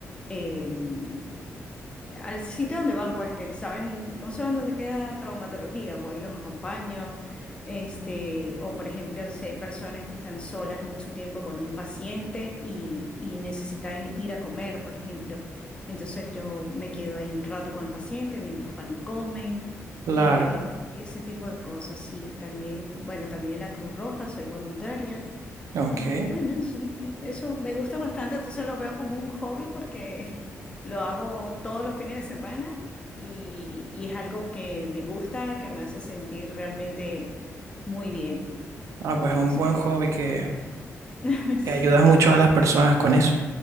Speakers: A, on the left; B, on the right.
A: em, al sitio donde van, pues que saben, no saben dónde queda traumatología, voy y los acompaño. Este, o por ejemplo, si hay personas que están solas mucho tiempo con un paciente y, y necesitan ir a comer, por ejemplo, entonces yo me quedo ahí un rato con el paciente mientras van y comen,
B: Claro.
A: eh, ese tipo de cosas. sí también, bueno, también la Cruz Roja, soy voluntaria.
B: Ok.
A: Y bueno, es un- eso me gusta bastante, entonces lo veo como un hobby porque <laughs> lo hago todos los fines de semana y, y es algo que me gusta, que me hace sentir realmente muy bien.
B: Ah,
A: Entonces,
B: pues un buen hobby que,
A: <laughs> sí,
B: que ayudas mucho a las personas con eso.